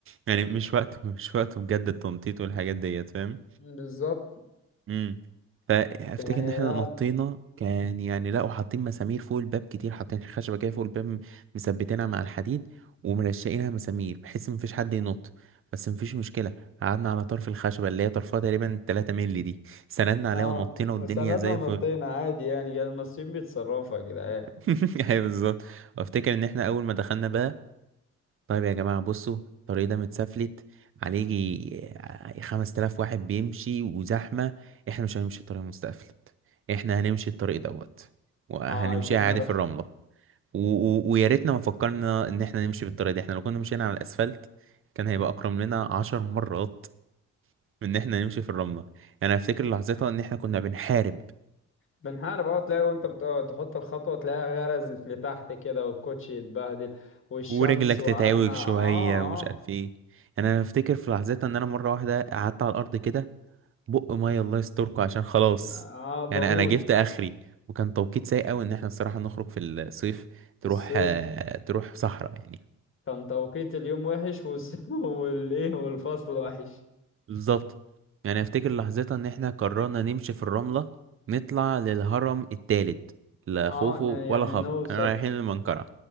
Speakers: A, on the right; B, on the left.
A: يعني مش وقته مش وقته بجد التنطيط والحاجات ديت فاهم
B: بالظبط
A: امم فافتكر
B: يعني
A: ان احنا
B: ده
A: نطينا كان يعني لا وحاطين مسامير فوق الباب كتير حاطين خشبه كده فوق الباب م- مثبتينها مع الحديد ومرشقينها مسامير بحيث مفيش حد ينط بس مفيش مشكله قعدنا على طرف الخشبه اللي هي طرفها تقريبا 3 مللي دي سندنا عليها
B: اه
A: ونطينا
B: وسردنا
A: والدنيا زي
B: ونطينا
A: الفل
B: عادي يعني جا- المصريين بيتصرفوا يا جدعان
A: <laughs> ايوه بالظبط وافتكر ان احنا اول ما دخلنا بقى طيب يا جماعة بصوا الطريق ده متسفلت عليه يجي خمس تلاف واحد بيمشي وزحمة احنا مش هنمشي الطريق المتسفلت احنا هنمشي الطريق دوت وهنمشيها
B: اه عشان
A: عادي
B: نعرف
A: في الرملة و... و... ويا ريتنا ما فكرنا ان احنا نمشي بالطريق ده احنا لو كنا مشينا على الاسفلت كان هيبقى اكرم لنا عشر مرات من ان احنا نمشي في الرملة يعني انا افتكر لحظتها ان احنا كنا بنحارب
B: بنحارب اه تلاقي وانت بت- اه، تحط الخطوة تلاقيها غرزت لتحت كده والكوتشي يتبهدل والشمس
A: ورجلك
B: وقعدنا
A: تتعوج شوية
B: اه
A: ومش عارف ايه يعني انا افتكر في لحظتها ان انا مرة واحدة قعدت على الارض كده بق ميه الله يستركم عشان خلاص
B: اه اه
A: يعني
B: بموت
A: انا جبت اخري وكان توقيت سيء قوي ان احنا الصراحه نخرج في الصيف تروح
B: في الصيف
A: آه، تروح صحراء يعني
B: كان توقيت اليوم وحش والس- <laughs> والايه والفصل وحش
A: بالظبط يعني افتكر لحظتها ان احنا قررنا نمشي في الرمله نطلع للهرم التالت لا
B: اه
A: خوفو
B: ن- يعني
A: ولا خفر
B: نوصل
A: انا رايحين المنقرة